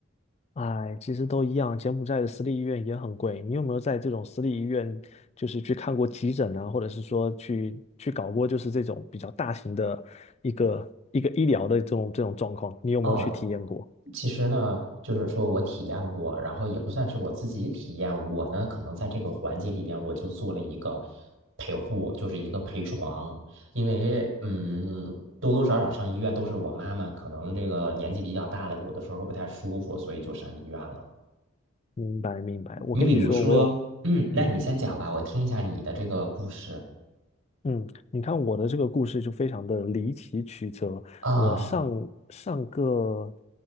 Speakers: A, on the left; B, on the right.
A: 哎，其实都一样，柬埔寨的私立医院也很贵。你有没有在这种私立医院，就是去看过急诊啊，或者是说去去搞过，就是这种比较大型的一个一个医疗的这种这种状况？你有没有去体验过？
B: 哦，其实呢，就是说我体验过，然后也不算是我自己体验，我呢可能在这个环节里边，我就做了一个陪护，就是一个陪床，因为嗯，多多少少上医院都是我妈妈，可能这个年纪比较大了，有的时候不太舒服，所以就上医院了。
A: 明白，明白。我跟你说，
B: 你比如说，
A: 我有，
B: 嗯，
A: 嗯。
B: 那你先讲吧，我听一下你的这个故事
A: 嗯，你看我的这个故事就非常的离奇曲折。
B: 啊，
A: 我上上个